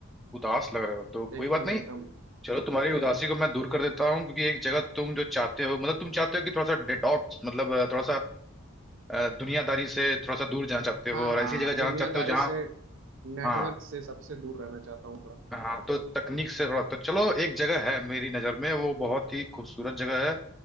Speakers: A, in the centre; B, on the right.
A: उदास लग रहे हो तो कोई
B: एकदम
A: बात नहीं
B: एकदम
A: चलो तुम्हारी उदासी को मैं दूर कर देता हूँ क्योंकि एक जगह तुम जो चाहते हो मतलब तुम चाहते हो कि थोड़ा सा डिटॉक्स मतलब अ, थोड़ा सा अ, दुनियादारी से थोड़ा सा दूर जाना चाहते हो
B: हाँ
A: और
B: हाँ
A: ऐसी जगह जाना
B: दुनियादारी
A: चाहते हो जहाँ
B: से नेटवर्क
A: हाँ
B: से सबसे दूर रहना चाहता हूँ थोड़ा
A: हाँ तो तकनीक से थोड़ा तो चलो एक जगह है मेरी नज़र में वो बहुत ही खूबसूरत जगह है